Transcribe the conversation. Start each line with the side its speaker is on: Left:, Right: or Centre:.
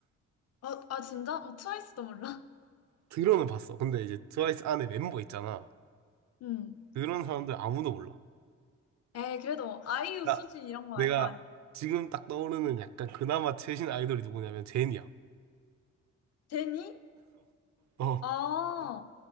Left: 아, 아 진짜? 어, 트와이스도 몰라? <laughs>
Right: 들어는 봤어. 근데 이제 트와이스 안에 멤버 있잖아.
Left: 음.
Right: 그런 사람들 아무도 몰라.
Left: 에이, 그래도 아이유,
Right: 나
Left: 수지 이런 건
Right: 내가
Left: 알 거 아니야.
Right: 지금 딱 떠오르는 약간 그나마 최신 아이돌이 누구냐면 제니야.
Left: 제니?
Right: 어
Left: 아,
Right: <laughs>